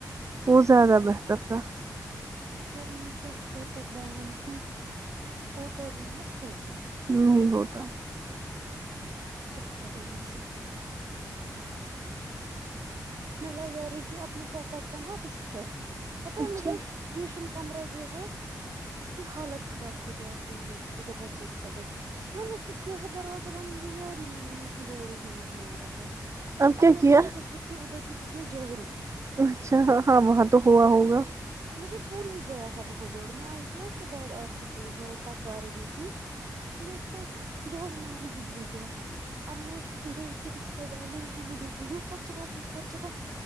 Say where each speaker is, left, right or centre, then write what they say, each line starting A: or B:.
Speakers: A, on the right; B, on the right.
A: وہ زیادہ بہتر تھا
B: ورنہ کیا ہوتا بین ہی ہو تو ابھی مت ہے یہ
A: نہیں ہوتا
B: کیا کرے انسان میں لگیر تھی اپنے پاپا کاا بستر پتا ہے
A: اچھا
B: مجھے ٹیوشن کمرہ جو ہے اس کی حالت خراب ہو جائی ہوتی ہے جب بچے نکلتے منو سک ہے دروازہ بند یاد ہی نہیں میں نے وہاں جھاڑو ہی نہیں مارا ہے
A: اب کیا
B: میں مار رہی تھی ادھر ہی پہلے جوڑو
A: اچھا ہاں ہاں وہاں تو ہوا ہوگا
B: مجھے بھول ہی گیا ہے وہاں جوڑ میں آئی تھی نا اس کے بعد آپ ہی کی یہاں اور پکا رہی تھی مجھے اس کو جوڑ مارنا ہی بھول گیا اب میں گئی تھی بستر ڈالنے وہاں میں دیکھ رہی ہوں کچرا ہی کچرا